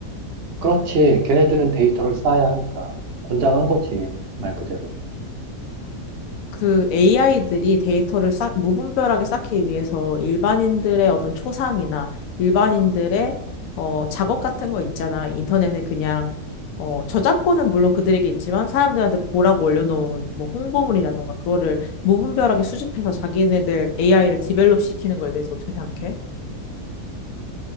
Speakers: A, on the right; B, on the left.
A: 그렇지. 걔네들은 데이터를 쌓아야 하니까 권장한 거지. 말 그대로.
B: 그 AI들이 데이터를 쌓, 무분별하게 쌓기 위해서 일반인들의 어떤 초상이나 일반인들의 어, 작업 같은 거 있잖아. 인터넷에 그냥 어, 저작권은 물론 그들에게 있지만 사람들한테 보라고 올려놓은 뭐 홍보물이라던가 그거를 무분별하게 수집해서 자기네들 AI를 디벨롭 시키는 거에 대해서 어떻게 생각해?